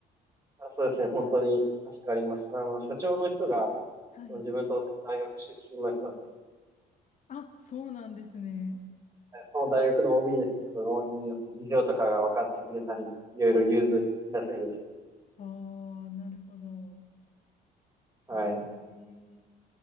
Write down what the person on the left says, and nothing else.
はい。
あ、そうなんですね。
はい。ああ、なるほど。
うんえー